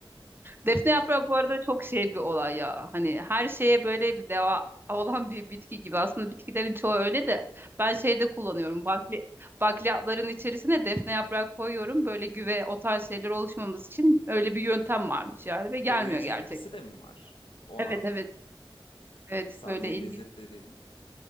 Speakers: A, on the right; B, on the left.
A: Defne yaprağı bu arada çok şey bir olay ya. Hani her şeye böyle bir deva olan bir bitki gibi. Aslında bitkilerin çoğu öyle de ben şeyde kullanıyorum. Bakli, bakliyatların içerisine defne yaprağı koyuyorum. Böyle güve o tarz şeyler oluşmaması için öyle bir yöntem varmış yani ve gelmiyor
B: Koruyucu
A: gerçekten.
B: etkisi de mi var? Oha.
A: Evet evet evet
B: Sadece
A: öyle ilginç.
B: lezzetli değilmiş.